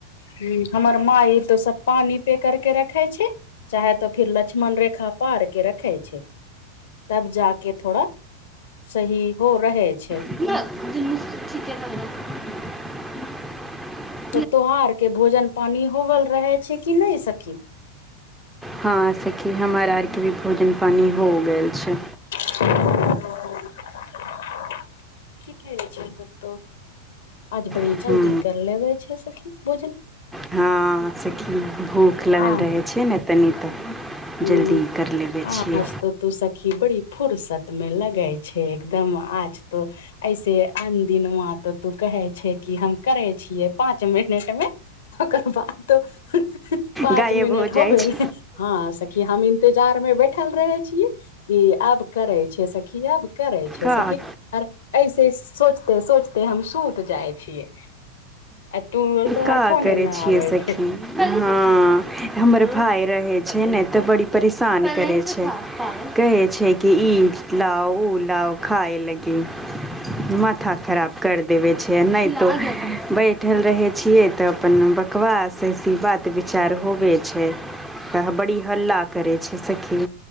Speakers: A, on the left (about 60°); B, in the centre.
A: हु हमर माय ई तो सब पानी पे कर के रखे छै चाहे त फिर लक्ष्मण रेखा पार के रखै छै तब जााक थोड़ा सही हो रहे छै
B: <inaudible>
A: त तोहार के भोजन पानी होवल रहे छै कि नय सखी
B: हँ सखी हमर आरके भी भोजन पानी हो गेल छै
A: <inaudible> ठीके छै तब त आज बढ़ि
B: हँ
A: जल्दी कर लेबे छै सखी भोजन
B: हँ सखी भूख लगल
A: आ
B: रहै छै ने तनि त
A: ह
B: जल्दी कर लेबै
A: आज
B: छियै
A: तो तू सखी बड़ी फुर्सत में लगे छै एकदम आज तो ऐसे आन दिनमा तो तू कहे छै कि हम करे छियै पाँच मिनट मे ओकर बाद तो पाँच
B: गायब
A: मिनट
B: हो
A: होबे
B: जाइ छै
A: ने हँ कि हम इंतजार में बैठल रहे छीयै कि आब करै छै सखी आब करै छै
B: का
A: सखी आर ऐसे सोचते सोचते हम सुत जाइ छियै आ तू तोहर
B: का
A: फोने
B: करै
A: न
B: छियै
A: आबै
B: सखी
A: छै
B: हँ हमर भााय रहै छै ने त बड़ी परेशान करै छै कहै छै कि ई लाउ उ लाओ खाए लागी माथा खराब कर देबे छै नय बैठल रहे त अपन बकवास कि बात विचार होबे छै त बड़ी हल्ला करै छिय सखी